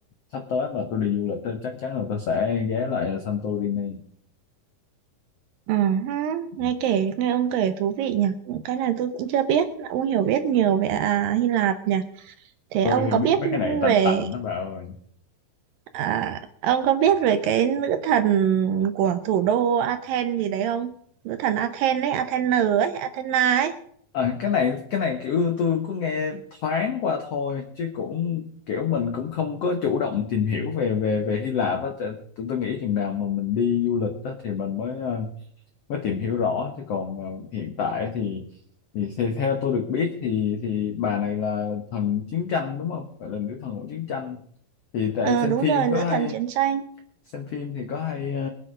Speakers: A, on the left (about 75°); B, on the right (about 75°).
A: sắp tới mà tôi đi du lịch á, chắc chắn là tôi sẽ ghé lại Santorini
B: Ừ, hứ,
A: Ừ.
B: nghe kể nghe ông kể thú vị nhỉ. Cái này tôi cũng chưa biết, ông hiểu biết nhiều về à, Hy Lạp nhỉ. Thế
A: tôi
B: ông
A: hiểu
B: có biết
A: biết mấy cái này tành
B: về
A: tành nó bảo rồi
B: À, ông có biết về cái nữ thần của thủ đô Athens gì đấy không? Nữ thần Athens ấy, Athena ấy, Athena ấy.
A: à, cái này cái này kiểu tôi có nghe thoáng qua thôi chứ cũng kiểu mình cũng không có chủ động tìm hiểu về về về Hy Lạp á Tại- tôi, tôi nghĩ chừng nào mà mình đi du lịch á, thì mình mới ờ, mới tìm hiểu rõ chứ còn ờ, hiện tại thì, thì thì theo tôi được biết thì thì bà này là thần chiến tranh đúng không gọi là nữ thần của chiến tranh thì tại
B: Ờ
A: em xem
B: đúng
A: phim
B: rồi,
A: có
B: nữ
A: hay
B: thần chiến tranh.
A: xem phim thì có hay ờ,